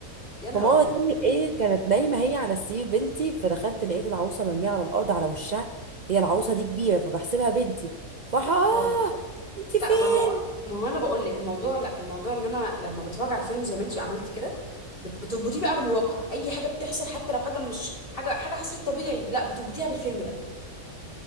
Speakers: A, on the left; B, on the right.
A: يا نهار
B: فماما
A: أبيض
B: بتعمل ايه كانت نايمه هي على السرير بنتي فدخلت لقيت العروسه مرميه على الارض على وشها هي العروسه دي كبيره فبحسبها بنتي فراح اه
A: اه
B: انت فين
A: لا ما هو ما هو انا بقول لك الموضوع لا الموضوع ان انا لما بتفرج على فيلم زي ما انت عملتي كده بت- بتربطيه بقى بالواقع اي حاجه بتحصل حتى لو حاجه مش حاجه حاجه حصلت طبيعي لا بتربطيها بالفيلم ده